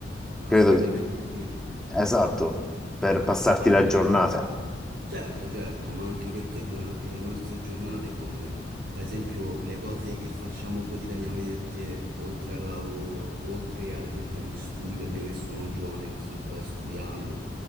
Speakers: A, on the right; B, in the centre.
A: Assolutamente
B: Credo che...
A: sì.
B: Esatto, per passarti
A: A parte
B: la giornata,
A: che Certo, certo, ma anche perché durante le nostre giornate, con ad esempio le cose che facciamo quotidianamente, oltre al lavoro, oltre ad esempio agli studi, per me che sono giovane, che sto ancora studiando,